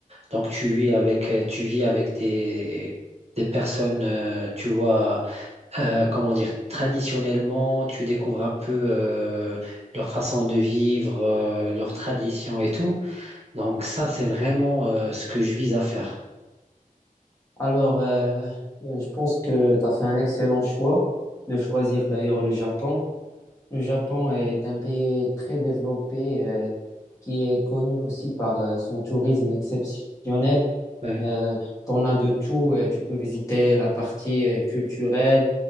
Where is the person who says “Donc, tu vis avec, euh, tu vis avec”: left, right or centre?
Right